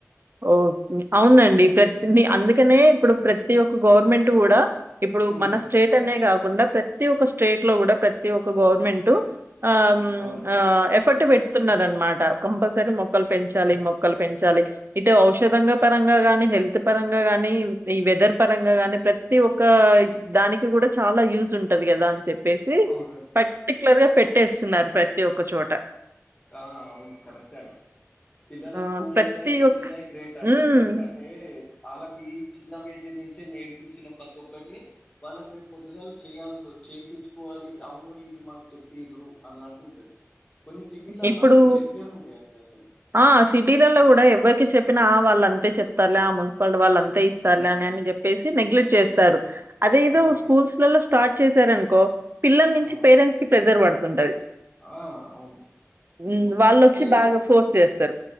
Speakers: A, on the right; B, on the left.
A: ఓకే. అవునండి ప్రతి అందుకనే ఇప్పుడు ప్రతి ఒక్క గవర్నమెంట్ కూడా ఇప్పుడు
B: ఉమ్
A: మన స్టేట్ అనే కాకుండా ప్రతి ఒక్క స్టేట్ లో కూడా ప్రతి ఒక్క గవర్నమెంట్ ఆ
B: అవునండి
A: ఆ ఎఫర్ట్ పెట్టుతున్న అనమాట కంపల్సరీ మొ క్కలు పెంచాలి మొక్కలు పెంచాలి ఇటు ఔషధ పరంగా గాని హెల్త్ పరంగా గానీ వెదర్ పరంగా గాని ప్రతి ఒక్క దానికి చాల యూస్ ఉంటంది కదా అని చెప్పేసి
B: అవునండి
A: పర్టిక్యులర్గా పెట్టేస్తున్నారు ప్రతి ఒక్క చోట
B: ఆ అవును కరెక్ట్ అండి పిల్లల
A: ఆహ్,
B: స్కూల్లో
A: ప్రతి
B: నేర్పించినయే
A: ఒక్క
B: గ్రేట్ అండి
A: హ్మ్.
B: ఎందుకంటే వాళ్ళకి ఈ చిన్న ఏజ్ నుంచే నేర్పించిన ప్రతి ఒక్కటి వాళ్ళకి రేపు పొద్దుగాలు చేయాల్సి వ చేపించుకోవాలి అవును ఇది మాకు చెప్పిరు అన్నట్టు ఉంటది కొన్ని సిటీలల్లా
A: ఇప్పుడు
B: అసలు చెట్లే ఉండేయండి అసలు
A: ఆ సిటీలలో కూడా ఎవ్వరికి చెప్ప చెప్పిన వాళ్ళ అంతే చెప్తారులే ఆ మున్సిపాలిటీ వాళ్ళంతే అంతే ఇస్తారులే
B: ఉమ్,
A: అని చెప్పేసి నెగ్లెట్ చేస్తారు అదేదో
B: అవునండి
A: స్కూల్స్ లలో స్టార్ట్ చేశారనుకో పిల్లల నుంచి
B: అవునండి
A: పేరెంట్స్ కి ప్రెజర్ పడుతుంటది
B: ఆ అవును
A: హ్మ్.
B: ఇప్పుడు
A: వాళ్ళొచ్చి
B: మనం ప్రేరెంట్స్
A: బాగా ఫోర్స్ చేస్తారు.